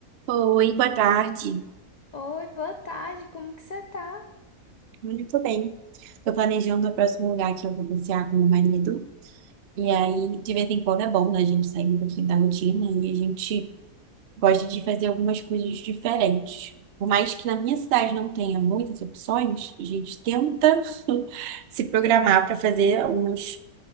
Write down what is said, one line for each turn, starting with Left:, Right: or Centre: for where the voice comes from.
Right: Oi, boa tarde.
Left: Oi, boa tarde, como que você tá?
Right: Muito bem. estou planejando o próximo lugar que eu vou passear com meu marido. E aí, de vez em quando é bom, né? A gente sair um pouquinho da rotina e a gente gosta de fazer algumas coisas diferentes. Por mais que na minha cidade não tenha muitas opções, a gente tenta <laughs> se programar para fazer alguns,